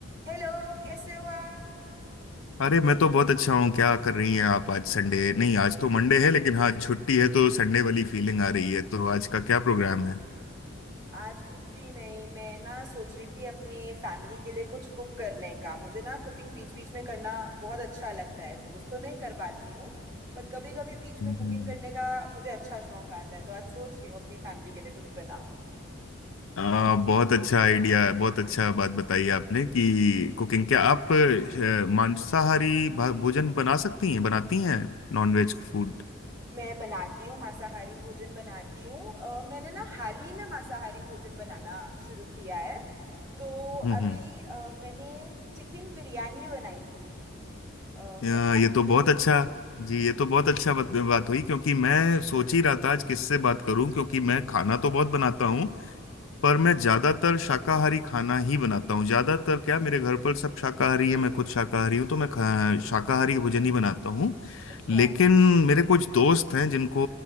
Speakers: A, on the right; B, on the left.
A: Hello कैसे हो आप
B: अरे मैं तो बहुत अच्छा हूँ क्या कर रही हैं आप आज संडे नहीं आज तो मंडे है लेकिन हाँ छुट्टी है तो संडे वाली फीलिंग आ रही है तो आज का क्या प्रोग्राम है
A: आज कुछ भी नहीं मैं ना सोच रही थी अपने फैमिली के लिए कुछ कुक करने का मुझे ना कुकिंग बीच बीच में करना बहुत अच्छा लगता है रोज तो नहीं कर पाती हूँ पर कभी कभी बीच में
B: हम्म।
A: कुकिंग करने का मुझे अच्छा शौक आता है तो आज सोच रही हूँ अपनी फैमिली के लिए कुछ बनाऊं
B: आ, बहुत अच्छा आइडिया है बहुत अच्छा बात बताई आपने कि कुकिंग क्या आप अ, मांसाहारी भा- भोजन बना सकती हैं बनाती हैं Non veg food
A: मैं बनाती हूँ मांसाहारी भोजन बनाती हूँ अ, मैंने ना हाल ही में मांसाहारी भोजन बनाना शुरू किया है तो
B: हम्म
A: अभी
B: हम्म
A: अ, मैंने चिकन बिरयानी बनाई थी अ,
B: अ,
A: मैंने ना
B: ये तो बहुत अच्छा जी ये तो बहुत अच्छा बात, बात हुई क्योंकि मैं सोच ही रहा था आज किससे बात करूं क्योंकि मैं खाना तो बहुत बनाता हूं पर मैं ज्यादातर शाकाहारी खाना ही बनाता हूँ ज्यादातर क्या मेरे घर पर सब शाकाहारी है मैं खुद शाकाहारी हूँ तो मैं खा, शाकाहारी भोजन ही बनाता हूँ
A: अच्छा
B: लेकिन मेरे कुछ दोस्त हैं जिनको